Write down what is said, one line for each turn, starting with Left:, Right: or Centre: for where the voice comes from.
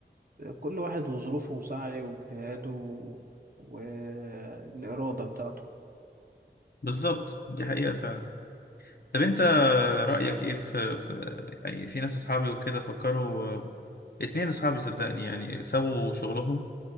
Right: كل واحد وظروفه وسعيه واجتهاده والاراده بتاعته
Left: بالظبط دي حقيقة فعلا طب انت رأيك ايه في في يعني في ناس اصحابي وكده فكروا آه، اتنين اصحابي صدقني يعني سابوا شغلهم